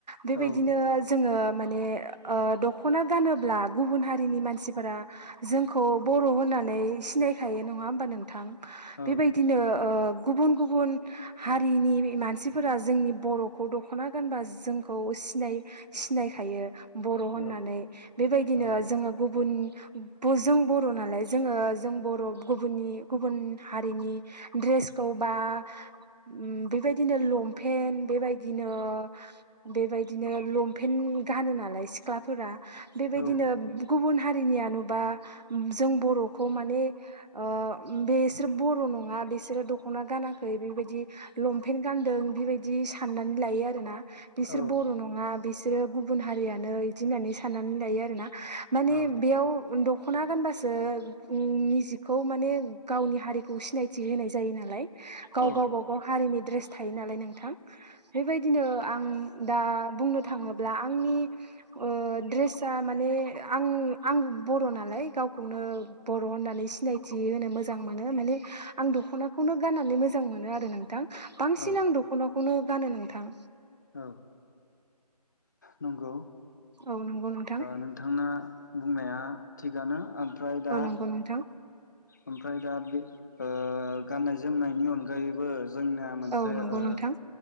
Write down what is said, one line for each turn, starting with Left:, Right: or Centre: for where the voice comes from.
Right: बेबायदिनो
Left: औ
Right: जोङो माने ओ दख'- दखना गानोब्ला गुबुन हारिनि मानसिफोरा जोंखौ बर' होननानै सिनायखायो नं- आ होमबा नोंथां।
Left: औ
Right: बेबायदिनो गुबन गुबन हारिनि मानसि- फोरा जोंनि बरखौ दख'ना गानबा जोंखौ सिनाय सिनाय नायखायो बर
Left: औ
Right: होननानै बेबायदिनो
Left: औ
Right: जोङो गुबन जों बर' नालाय जोङो जों बर' गुबुननि गुबुन हारिनि ड्रेसखौ बा- बा ओम बेबायदिनो लंम लंपेन्ट बेबायदिनो बेबायदिनो लंपेन्ट गानो नालाय सिख्लाफोरा बेबायदिनो
Left: औ
Right: गुबुन हारिनिया नुबा जों बर'खौ माने ओ बेसोर बर' नङा बिसोरो दख'ना गानाखै बेबायदि लंपेनट गानदों बेबायदि साननानै लायो आरोना बिसोर
Left: औ
Right: बर' नङा बिसोर बिसोरो गुबुन हारियानो बिदि होननानै साननानै लायो आरोना माने
Left: औ
Right: बेयाव दख दख'ना गानबासो निजिखौ माने गावनि हारिखौ सिनायथि होनाय जायो नालाय गाव
Left: औ
Right: गावबा गाव हारिनि ड्रेस थायो नालाय नोंथां बेबायदिनो आं दा बुंनो थाङोब्ला आंनि ओ ड्रेसा माने आं आंबो बर' नालाय गावखौनो बर' होननानै सिनायथि होनो मोजां मोनो माने आं आं दख'नाखौनो गाननानै मोजां मोनो आरो नोंथां बांसिन
Left: औ
Right: आं दख'नाखौ खौनो गानो नोंथां।
Left: औ नंगौ।
Right: औ नंगौ नोंथां।
Left: नोंथांना बुंनाया थिगानो ओमफ्राय दा
Right: औ नंगौ नोंथां
Left: ओमफ्राय दा बे ओ गाननाय जोमनायनि अनगायैबो जोंनिया मोनसे
Right: औ नंगौ
Left: ओ
Right: नोंथां